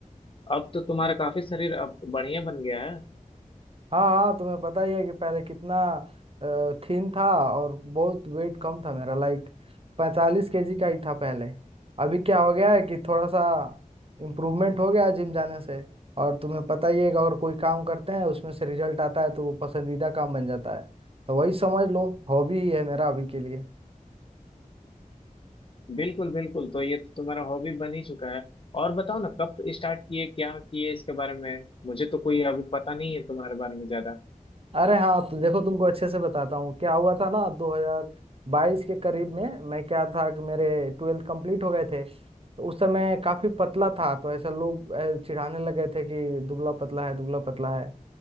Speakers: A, on the left; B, on the right.
A: अब तो तुम्हारा काफी शरीर अब बढ़िया बन गया है
B: हाँ हाँ तुम्हें पता ही है कि पहले कितना थिन था और बहुत वेट कम था मेरा लाइक पैंतालीस केजी का ही था पहले अभी क्या हो गया है कि थोड़ा सा इम्प्रूवमेंट हो गया जिम जाने से और तुम्हें पता ही है कि अगर कोई काम करते हैं उसमें से रिजल्ट आता है तो वो पसंदीदा काम बन जाता है तो वही समझ लो हॉबी ही है मेरा अभी के लिए
A: बिल्कुल बिल्कुल तो ये तो तुम्हारा हॉबी बन ही चुका है और बताओ ना कब स्टार्ट किए क्या किए इसके बारे में मुझे तो कोई अभी पता नहीं है तुम्हारे बारे में ज्यादा
B: अरे हाँ तो देखो तुमको अच्छे से बताता हूँ क्या हुआ था ना 2022 के करीब में मैं क्या था कि मेरे ट्वेल्थ कंप्लीट हो गए थे तो उस समय काफी पतला था तो ऐसा लोग अ, चिढ़ाने लगे थे कि दुबला पतला है दुबला पतला है